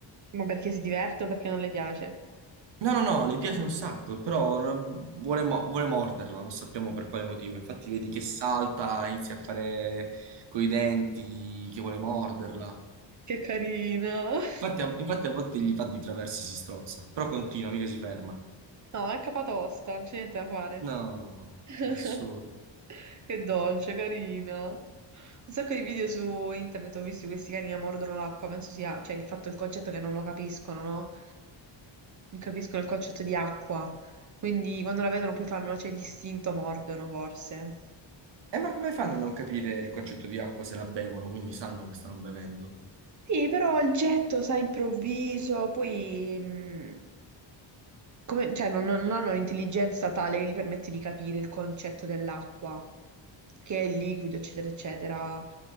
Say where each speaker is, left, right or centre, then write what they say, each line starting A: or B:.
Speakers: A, on the right (about 40°); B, on the right (about 60°).
A: Ma perché si diverte o perché non le piace?
B: No, no, no, le piace un sacco, però non- vuole, mo- vuole morderla, non sappiamo per quale motivo. Infatti vedi che salta, inizia a fare coi denti, che vuole morderla.
A: Che carino. <laughs>
B: Infatti a, infatti a volte gli va di traverso e si strozza, però continua, mica si ferma.
A: No, è capatosta, non c'è niente da fare.
B: No,
A: <laughs>
B: nessuno.
A: Che dolce, carina. Un sacco di video su internet ho visto di questi cani che mordono l'acqua, penso sia, cioè il fatto, il concetto che non lo capiscono, no? Non capiscono il concetto di acqua. Quindi quando la vedono poi fanno, cioè, distinto mordono forse.
B: E ma come fanno a non capire il concetto di acqua se la bevono, quindi sanno che stanno bevendo?
A: Sì, però il getto, sai, improvviso, poi mh, come- cioè, non, non hanno un'intelligenza tale che gli permette di capire il concetto dell'acqua, che è liquido, eccetera, eccetera.